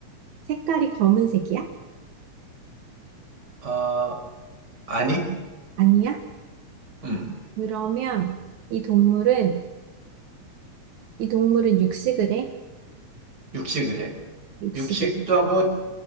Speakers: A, on the right (about 75°); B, on the right (about 35°).
A: 색깔이 검은색이야?
B: 어, 아니?
A: 아니야?
B: 응.
A: 그러면 이 동물은, 이 동물은 육식을 해?
B: 육식을 해.
A: 육식을
B: 육식도
A: 해.
B: 하고